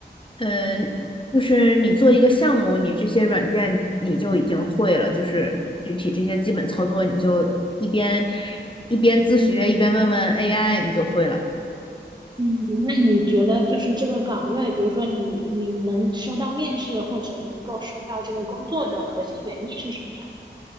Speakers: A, on the left (about 25°); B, on the right (about 25°).
A: 嗯。就是你做一个项目，你这些软件你就已经会了，就是具体这些基本操作，你就一边一边自学，一边问问 AI，你就会了。
B: 嗯，那你觉得就是这个岗位，比如说你你能收到面试或者能够收到这个工作的核心原因是什么呀？